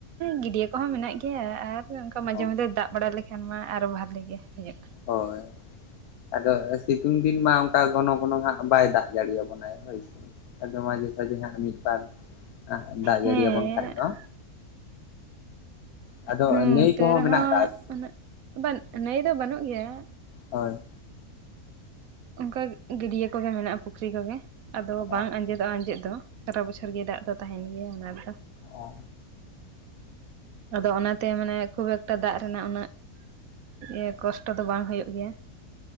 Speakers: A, on the right (about 70°); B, on the left (about 80°).
A: ᱜᱤᱰᱭᱟᱹ ᱠᱚᱦᱚᱸ ᱢᱮᱱᱟᱜ ᱜᱮᱭᱟ ᱟᱨ ᱚᱱᱠᱟ ᱢᱟᱡᱷᱮ
B: ᱚ
A: ᱢᱟᱡᱷᱮ ᱫᱟᱜ ᱵᱟᱲᱟ ᱞᱮᱠ ᱮᱱᱠᱷᱟᱱ ᱢᱟ ᱟᱨᱚ ᱵᱷᱟᱞᱮ ᱜᱮ ᱦᱩᱭᱩᱜ᱾
B: ᱦᱳᱭ᱾ ᱟᱫᱚ ᱥᱤᱛᱩᱝ ᱫᱤᱱ ᱢᱟ ᱚᱱᱠᱟ ᱜᱚᱱᱚ ᱜᱚᱱᱚ ᱦᱟᱸᱜ ᱵᱟᱭ ᱫᱟᱜ ᱡᱟᱹᱲᱤᱭᱟᱜ ᱵᱚᱱᱟᱭ ᱦᱳᱭᱥᱮ ᱟᱫᱚ ᱢᱟ ᱡᱚᱛᱚ ᱜᱮ ᱦᱟᱸᱜ ᱢᱤᱫ ᱵᱟᱨ ᱟᱜᱸ ᱫᱟᱜᱽ
A: ᱦᱮᱸ
B: ᱡᱟᱹᱲᱤ ᱭᱟᱵᱚᱱ
A: ᱦᱮᱸ
B: ᱠᱷᱟᱡ ᱫᱚ᱾ ᱟᱫᱚ
A: ᱦᱮᱸ
B: ᱱᱟᱹᱭ
A: ᱛᱟᱭᱹ
B: ᱠᱚᱦᱚᱸ
A: ᱨᱮᱦᱚᱸ
B: ᱢᱮᱱᱟᱜ ᱟᱠᱟᱫᱼᱟ ᱥᱮ
A: ᱩᱱᱟᱹᱜ ᱵᱟᱹᱱ ᱱᱟᱹᱭ ᱫᱚ ᱵᱟᱹᱱᱩᱜ ᱜᱮᱭᱟ᱾
B: ᱦᱳᱭ᱾
A: ᱚᱝᱠᱟ ᱜᱟᱹᱰᱤᱭᱟᱹ ᱠᱚᱜᱮ ᱢᱮᱱᱟᱜᱼᱟ᱾ ᱯᱩᱠᱷᱨᱤ ᱠᱚᱜᱮ ᱟᱫᱚ
B: ᱚ
A: ᱵᱟᱝ ᱟᱸᱡᱮᱫᱚᱜᱼᱟ ᱟᱸᱡᱮᱫᱽ ᱫᱚ᱾ ᱥᱟᱨᱟ ᱵᱚᱪᱷᱚᱨ ᱜᱮ ᱫᱟᱜ ᱫᱚ ᱛᱟᱦᱮᱱ ᱜᱮᱭᱟ ᱚᱱᱟ ᱨᱮ ᱫᱚ᱾
B: ᱚ
A: ᱟᱫᱚ ᱚᱱᱟᱛᱮ ᱢᱟᱱᱮ ᱠᱷᱩᱵ ᱮᱠ ᱴᱟ ᱫᱟᱜ ᱨᱮᱱᱟᱜ ᱩᱱᱟᱹᱜ ᱤᱭᱟᱹ ᱠᱚᱥᱴᱚ ᱫᱚ ᱵᱟᱝ ᱦᱩᱭᱩᱜ ᱜᱮᱭᱟ᱾